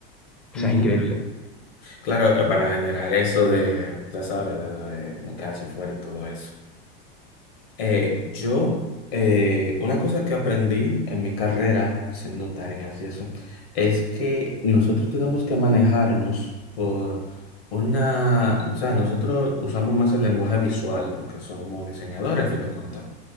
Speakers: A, on the left; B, in the centre.
A: Ujú.
B: O sea, es increíble.
A: Claro, eh, para generar eso de, ya sabes, de, de no quedarse fuera y todo eso. Eh, yo, eh, una cosa que aprendí en mi carrera haciendo tareas y eso, es que nosotros tenemos que manejarnos por una, o sea, nosotros usamos más el lenguaje visual porque somos diseñadores a fin de cuentas.